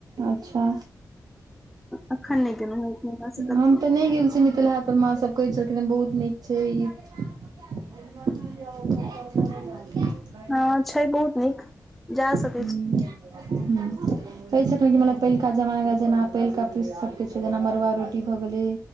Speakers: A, on the right; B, in the centre.
A: अच्छा
B: अखन नहि गेलहुँ हेँ एक महीना से कतहु
A: हम तऽ न नहि गेल छी मिथिला हात पर, माँ सब कहे छलखिन हें बहुत नीक छै ई <unintelligible>
B: है छै बहुत नीक जा सक
A: हम्म हूं कहै छलखिन कि मलब पहिलका जमाना जेना, पहिलका पीस सबके छै जेना मड़ुआ रोटी भऽ गेलै